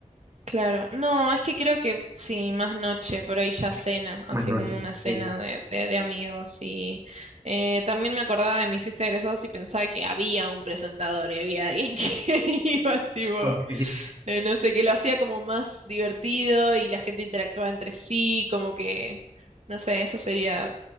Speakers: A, on the right (about 55°); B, on the right (about 20°).
A: claro. No, es que creo que sí, más noche, por ahí ya cena, así
B: Más noche.
A: como una cena
B: Ok.
A: de, de, de amigos. Y eh, también me acordaba de mi fiesta de egresados y pensaba que había un presentador y había alguien que <laughs> iba, tipo.
B: Ok.
A: Eh, No sé, que lo hacía como más divertido y la gente interactuaba entre sí, como que, no sé, eso sería,